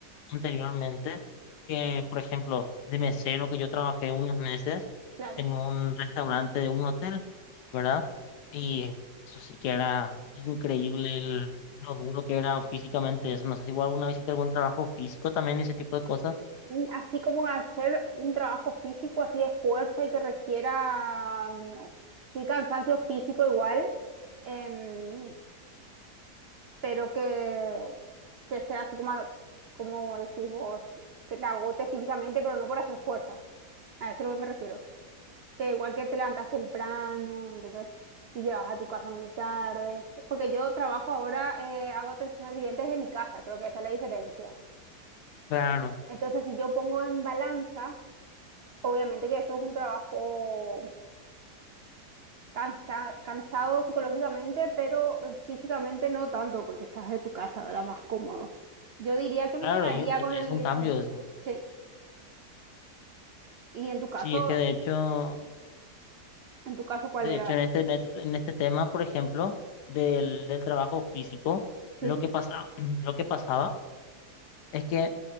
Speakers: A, on the left; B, on the right.
A: anteriormente, que por ejemplo de mesero que yo trabajé unos meses
B: claro.
A: en un restaurante de un hotel, ¿verdad? Y eso sí que era increíble el- lo duro que era físicamente eso. No sé si vos alguna vez hiciste algún trabajo físico también, ese tipo de cosas.
B: Mm, Así como hacer un trabajo físico así de fuerza y que requiera, no, sí, cansancio físico igual, em, pero que, que sea así como, como decís vos, que te agote físicamente, pero no por hacer fuerza. A eso es a lo que me refiero. que igual que te levantas temprano, entonces, y llegas a tu casa muy tarde, porque yo trabajo ahora, eh, hago atención al cliente desde mi casa, creo que esa es la diferencia.
A: Claro,
B: Entonces, si yo pongo en balanza, obviamente que esto es un trabajo cansa- cansado psicológicamente, pero eh, físicamente no tanto, porque estás de tu casa, ¿verdad? Más cómodo. Yo diría que me
A: claro,
B: quedaría
A: y es,
B: con el,
A: es un cambio
B: con el,
A: eso.
B: sí. Y en tu caso,
A: Sí, es que de hecho...
B: en tu caso, ¿cuál
A: De
B: era?
A: hecho, en este, en este, en este tema, por ejemplo, del, del trabajo físico,
B: Sí,
A: lo que pasa, <clears throat> lo que pasaba es que